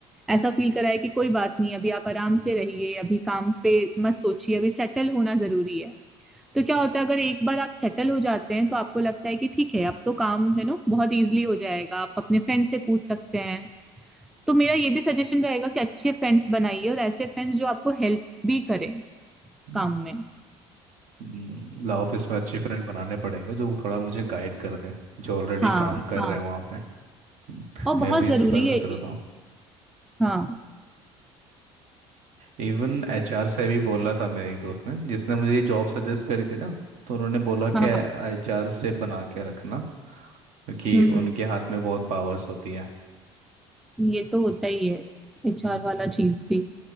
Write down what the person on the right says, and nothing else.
है
हम्म, ला ऑफिस में अच्छे फ्रेंड बनाने पड़ेंगे जो थोड़ा मुझे गाइड कर दें जो ऑलरेडी
काम कर
रहे हैं वहाँ पे हम्म,
मैं भी
इसी बारे में
सोच
रहा था
इवन एचआर से भी बोला था मेरे एक दोस्त ने जिसने मुझे ये जॉब सजेस्ट करी थी ना तो उन्होंने बोला
कि
एचआर से बना के रखना क्योंकि
उनके हाथ में बहुत पावर्स होती है
हम्म,